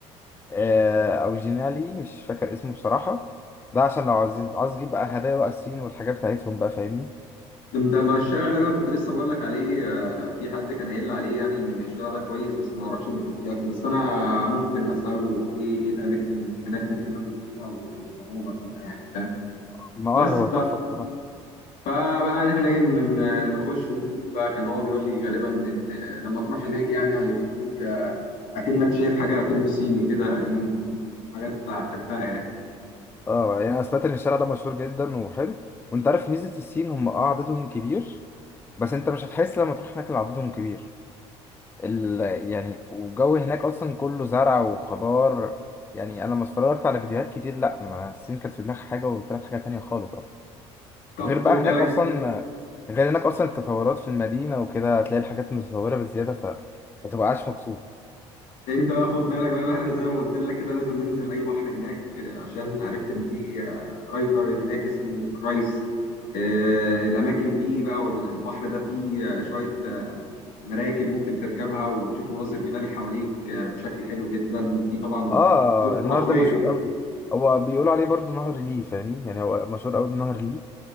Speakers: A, on the left (about 15°); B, on the left (about 65°).
A: آه، او جنالي مش فاكر اسمه بصراحه ده عشان لو عايز عايز تجيب بقى هدايا بقى الصين والحاجات بتاعتهم بقى فاهمني
B: ده ده مع الشارع ده اللي انا كنت لسه بقول لك عليه آه، في حد كان قايل لي عليه يعني ان الشارع ده كويس بس ما اعرفش ان كان فيه اكل بس انا ممكن اساله ايه ايه الاماكن اللي هناك ممكن ناكل فيها و- ولو هو جربها يعني فاهم
A: ما اه
B: بس
A: هو تحفه بصراحه
B: فبقى احنا ايه ن- ن- نخش ونشوف بقى كان هو بيقول لي غالبا ان لما تروح هناك يعني هيبقى فيه آه، اكنك شايف حاجه فيلم صيني كده قديم حاجات هتحبها يعني
A: اه يعني انا سمعت ان الشارع ده مشهور جدا وحلو وانت عارف ميزه الصين هم اه عددهم كبير بس انت مش هتحس لما تروح هناك ان عددهم كبير ال... يعني والجو هناك اصلا كله زرع وخضار يعني انا لما اتفرجت على فيديوهات كتير لا انا الصين كانت في دماغي حاجه وطلعت حاجه تانية خالص اصلا
B: طب
A: وغير بقى
B: خد
A: هناك
B: بالك
A: اصلا غير هناك اصلا التطورات في المدينه وكده هتلاقي الحاجات متطوره بزياده ف ما تبقاش مبسوط
B: انت بقى خد بالك بقى إن احنا زي ما قلت لك كده لازم ننزل اي بحر هناك آه، عشان عرفت ان في آه، رايفر هناك اسمه كرايز آه، الاماكن دي بقى والبحر ده فيه آه، شويه آه، مراكب ممكن تركبها وتشوف مناظر جبال حواليك آه، بشكل حلو جدا في طبعا مناظر
A: اه النهر
B: خرافيه
A: ده مشهور قوي هو بيقولوا عليه برضو نهر ليه فاهمني يعني هو مشهور قوي بنهر ليه